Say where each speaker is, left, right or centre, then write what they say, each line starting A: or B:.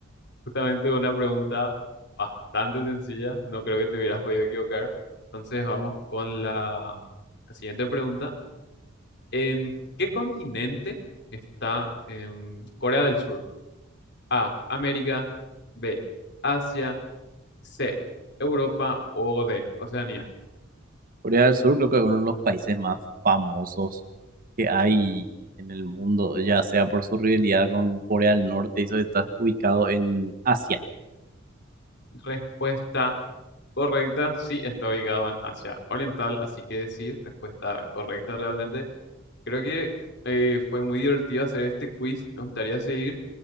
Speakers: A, on the left; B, on the right.
A: Justamente una pregunta bastante sencilla, no creo que te hubieras podido equivocar. Entonces vamos con la, la siguiente pregunta. ¿En qué continente está em, Corea del Sur? A, América, B, Asia, C, Europa o D, Oceanía.
B: Corea del Sur creo que es uno de los países más famosos que hay en el mundo, ya sea por su rivalidad con Corea del Norte y eso está ubicado en Asia.
A: Respuesta correcta, sí, está ubicado en Asia Oriental, así que sí, respuesta correcta realmente. Creo que eh, fue muy divertido hacer este quiz. Me gustaría seguir.